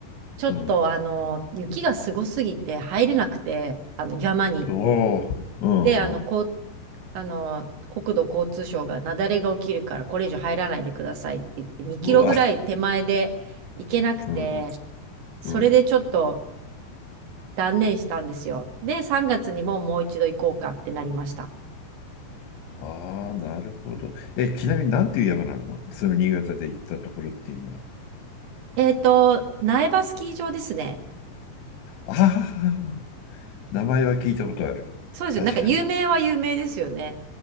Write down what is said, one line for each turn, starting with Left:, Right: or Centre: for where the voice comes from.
Right: ちょっと、
Left: うん。
Right: あの、雪がすごすぎて入れなくて、あの、山に。
Left: おお、うんうん。
Right: で、あの、こう、あの、国土交通省が雪崩が起きるから、これ以上入らないでくださいって言って、2キロぐらい手前で行けなくて、
Left: うわ、うん
Right: それでちょっと
Left: うん。
Right: 断念したんですよ。で、3月にももう一度行こうかってなりました。
Left: ああ、なるほど。え、ちなみになんていう山なのその新潟で行ったところっていうのは。
Right: えっと、苗場スキー場ですね。
Left: ああ、名前は聞いたことある。
Right: そうですよ。
Left: 確かに。
Right: なんか有名は有名ですよね。